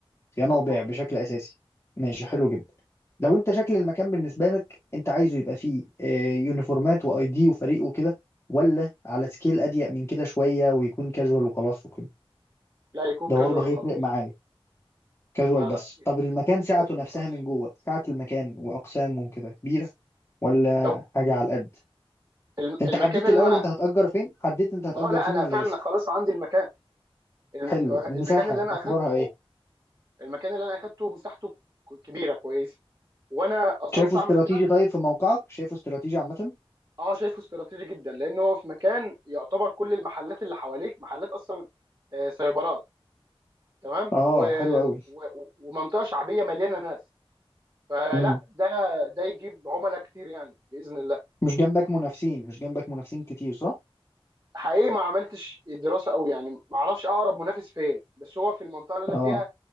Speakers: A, on the left; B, on the right.
A: صيانه
B: مظبوط
A: وبيع بشكل اساسي ماشي حلو جدا لو انت شكل المكان بالنسبه لك انت عايزه يبقى فيه اه، يونيفورمات واي دي وفريق وكده ولا على سكيل اضيق من كده شويه ويكون كاجوال وخلاص وكده
B: لا يكون
A: ده
B: كاجوال
A: برضه هيفرق
B: وخلاص
A: معايا كاجوال
B: لا
A: بس
B: لا
A: طب المكان سعته
B: كاجوال
A: نفسها
B: وخلاص
A: من جوه سعة المكان وأقسامه وكده كبيرة ولا
B: هو
A: حاجة على القد
B: الم-
A: انت
B: المكان
A: حددت
B: اللي
A: الأول
B: انا
A: انت هتأجر فين حددت انت هتأجر
B: اه لا
A: فين
B: انا
A: ولا
B: فعلا
A: لسه
B: خلاص عندي المكان الم-
A: حلو
B: آه،
A: المساحة
B: المكان اللي انا
A: أخبارها
B: اخدته
A: ايه
B: المكان اللي انا اخدته مساحته ك- كبيره كويسه وانا قصدت
A: شايفه استراتيجي
B: اعمل كده
A: طيب في موقعك شايفه استراتيجي عامة
B: اه شايفه استراتيجي جدا لان هو في مكان يعتبر كل المحلات اللي حواليك محلات اصلا آه، سايبرات تمام
A: اه
B: و...
A: حلو قوي
B: و... ومنطقه شعبيه مليانه ناس فلا
A: امم
B: ده ده يجيب عملاء كتير يعني باذن الله
A: مش جنبك منافسين مش جنبك منافسين كتير صح
B: حقيقي ما عملتش دراسه قوي يعني ما اعرفش اقرب منافس فين بس هو في المنطقه اللي انا
A: اه
B: فيها